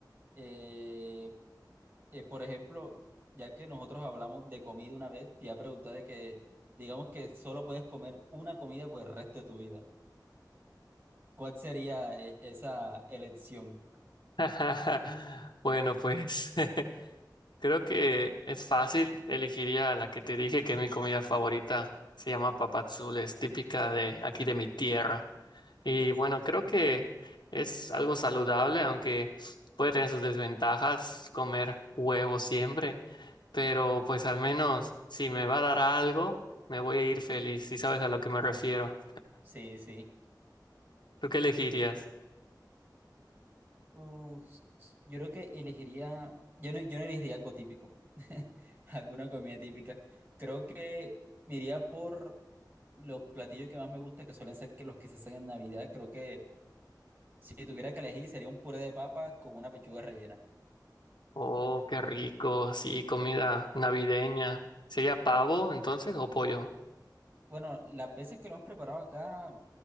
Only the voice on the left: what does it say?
<laughs> Bueno, pues <laughs> creo que es fácil. Elegiría la que te dije que es mi comida favorita. Se llama papadzul, es típica de aquí de mi tierra. Y bueno, creo que es algo saludable, aunque puede tener sus desventajas comer huevo siempre. Pero pues al menos si me va a dar algo, me voy a ir feliz, si sabes a lo que me refiero.
¿Tú qué elegirías?
Oh, qué rico. Sí, comida navideña. ¿Sería pavo entonces o pollo?